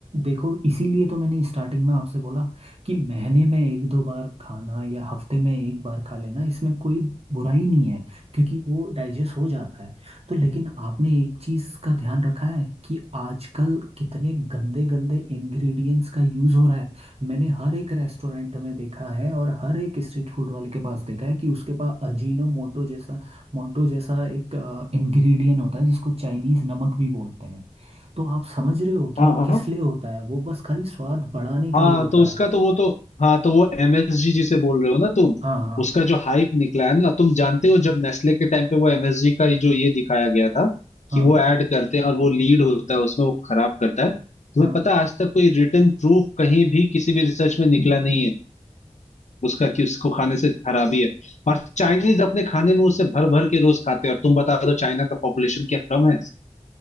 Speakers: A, on the right; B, on the left.
A: देखो इसीलिए तो मैंने स्टार्टिंग में आपसे बोला कि महीने में एक दो बार खाना या हफ्ते में एक बार खा लेना इसमें कोई बुराई नहीं है क्योंकि वो डाइजेस्ट हो जाता है तो लेकिन आपने एक चीज़ का ध्यान रखा है कि आजकल कितने गंदे गंदे इंग्रेडिएंट्स का यूज़ हो रहा है मैंने हर एक रेस्टोरेंट में देखा है और हर एक स्ट्रीट फूड वाले के पास देखा है कि उसके पास अजीनो मोटो जैसा मोंटो जैसा एक इंग्रेडिएंट होता है जिसको चाइनीज नमक भी बोलते हैं तो आप समझ रहे हो कि
B: हाँ
A: वो किस
B: हाँ
A: लिए होता है वो बस खाली स्वाद बढ़ाने के
B: हाँ
A: लिए होता
B: तो उसका
A: है
B: तो वो तो हाँ तो वो एमएसजी जिसे बोल रहे हो ना तुम
A: हाँ हाँ
B: उसका जो हाइप निकला है ना तुम जानते हो जब नेस्ले के टाइम पे वो एमएसजी का ये जो ये दिखाया गया था
A: हाँ
B: कि वो ऐड करते हैं और वो लीड होता है उसमें वो खराब करता है तुम्हें
A: हाँ
B: पता है आज तक कोई रिटन प्रूफ कहीं भी किसी भी रिसर्च में निकला नहीं है उसका कि उसको खाने से खराबी है और चाइनीज अपने खाने में उसे भर भर के रोज खाते हैं और तुम बता दो चाइना का पॉपुलेशन क्या कम है